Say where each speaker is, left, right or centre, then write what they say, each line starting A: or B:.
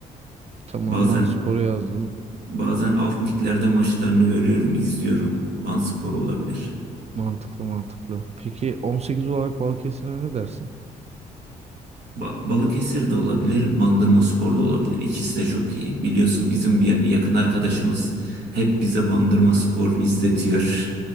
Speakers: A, on the right; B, on the right.
A: Tamam
B: Bazen
A: Van Spor'u yazdım.
B: bazen alt liglerde maçlarını görüyorum, izliyorum. Vanspor olabilir.
A: Mantıklı mantıklı. Peki 18 olarak Balıkesir'e ne dersin?
B: Ba- Balıkesir de olabilir, Bandırmaspor da olabilir. İkisi de çok iyi. Biliyorsun bizim bir
A: Ya,
B: yakın arkadaşımız hep bize Bandırmaspor izletiyor.